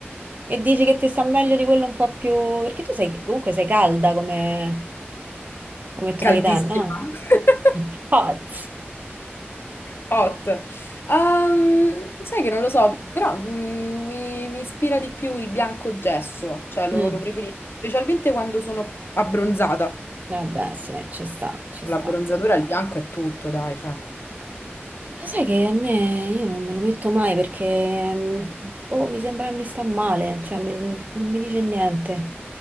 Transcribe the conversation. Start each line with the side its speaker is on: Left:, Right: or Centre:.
Right: E dici che ti sta meglio di quello un po' più... Perché tu sei, comunque sei calda come, come tonalità,
Left: caldissimo.
Right: no?
Left: <laughs>
Right: Hot.
Left: Hot. Ehm, sai che non lo so, però mm, mi, mi ispira di più il bianco gesso, cioè lo,
Right: Mm.
Left: lo preferisco, specialmente quando sono abbronzata.
Right: Eh beh, sì, ci sta, ci
Left: Con
Right: sta.
Left: L'abbronzatura, il bianco è tutto, dai, cioè.
Right: Lo sai che a me io non me lo metto mai perché mm, boh, mi sembra che mi sta male, cioè mi- non mi dice niente.